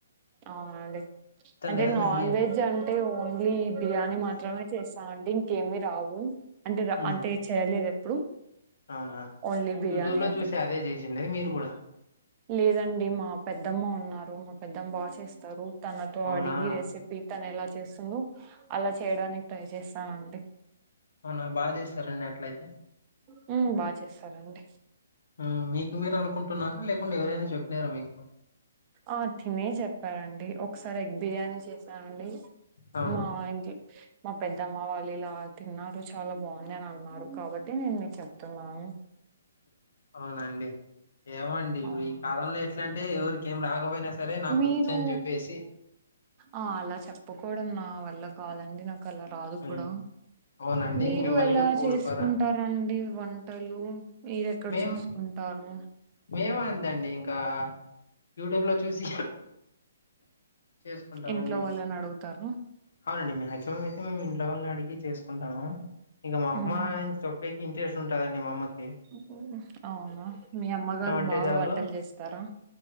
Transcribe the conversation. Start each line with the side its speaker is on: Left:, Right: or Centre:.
Right: అవునండి అంటే
Left: లేదా
Right: నోన్
Left: మ్యాగీ
Right: వెజ్ అంటే ఓన్లీ బిర్యానీ మాత్రమే చేస్తా అండి ఇంకేమి రావు అంటే ర
Left: ఉమ్
Right: అంటే చేయలేదేప్పుడు
Left: అవునా
Right: ఓన్లీ బిర్యానీ
Left: యూట్యూబ్ లో
Right: ఒకటే
Left: చూసి అదే చేసిండేది మీరు కూడా
Right: లేదండి మా పెద్దమ్మ ఉన్నారు మా పెద్దమ్మ బా చేస్తారు తనతో
Left: అవునా
Right: అడిగి ఏసి పీతనెలా చేస్తుందో అలా చేయడానికి ట్రై చేస్తానండి
Left: అవునా బా చేస్తారండి అట్లయితే
Right: హూ బా చేస్తారండి
Left: హు మీకు మీరు అనుకుంటున్నారా లేకుంటే ఎవరైనా చెప్పినారా మీకు
Right: ఆ తినే చెప్పారండి ఒకసారి ఎగ్ బిర్యానీ చేసానండి
Left: ఆ
Right: మా ఆయన్కి మా పెద్దమ్మ వాళ్ళు ఇలా తిన్నారు చాలా బాంది అని అన్నారు కాబట్టి నేన్ మీక్ చెప్తున్నాను
Left: అవునా అండి ఏమో అండి ఇప్పుడు
Right: అవునా
Left: ఈ కాలంలో ఎట్లంటే ఎవరికి ఏం రాకపోయినా సరే నాకొచ్
Right: మీరు
Left: అన్ చెప్పేసి
Right: ఆ అలా చెప్పకోడం నా వల్ల కాదండి నాకలా రాదు
Left: ఉమ్,
Right: కూడా
Left: అవునండి
Right: మీరు
Left: మిమ్మల్ని
Right: ఎలా
Left: పోగొడుకోరా
Right: చేస్ కుంటారండి వంటలు మీరెక్కడ
Left: మేము
Right: చూసుకుం టారు
Left: మేము అంతండి ఇంకా యూటూబ్ లో చూసి చేస్కుంటామండి
Right: ఇంట్లో వాళ్ళని అడుగుతారు
Left: అవునండి మాక్సిమం అయితే మేము ఇంట్లో వాళ్ నడిగి చేస్ కుంటాము ఇక మా అమ్మ
Right: మ్మ్
Left: చే ప్పేకి ఇంట్రెస్ట్ ఉంటదండి మామ్మకి
Right: ఊహు అవునా మీ అమ్మగారు
Left: అంటే
Right: బాగ్
Left: చాలు
Right: వంటల్ చేస్తారా